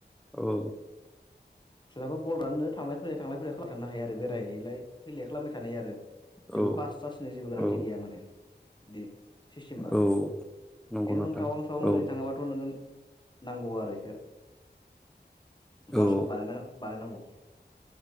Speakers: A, in the centre; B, on the left.
A: औ
B: सोरहाबो बल राननो थांलाय फैलाय थांलाय फैलाय खालामथारनो हायो आरो बेरायहैलाय फैलायै खालाम थानाय आरो थेबो
A: औ
B: पास सासनि जेबो गोनांथि
A: औ
B: गैया माने दे सिस्टिमा
A: औ नंगौ
B: किन्तु
A: नोंथां
B: नों टावां सावां
A: औ
B: ओरैनो थाङोबाथ' नोङो नांगौ आरो इखो बासखो
A: औ
B: बानायना बानायनांगौ